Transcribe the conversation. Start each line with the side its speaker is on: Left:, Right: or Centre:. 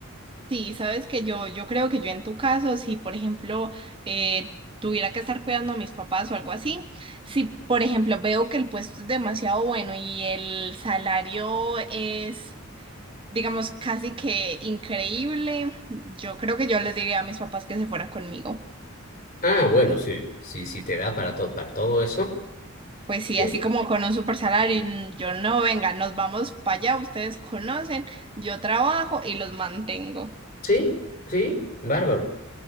Right: Sí, sabes que yo, yo creo que yo en tu caso, si por ejemplo eh, tuviera que estar cuidando a mis papás o algo así, si por ejemplo veo que el puesto es demasiado bueno y el salario es, digamos, casi que increíble, yo creo que yo les diría a mis papás que se fueran conmigo.
Left: Ah, bueno, sí, sí, sí te da para todo, para todo eso.
Right: Pues sí,
Left: Sí,
Right: así como con un super salario, y n- yo no, venga, nos vamos para allá, ustedes conocen, yo trabajo y los mantengo.
Left: sí, sí, bárbaro.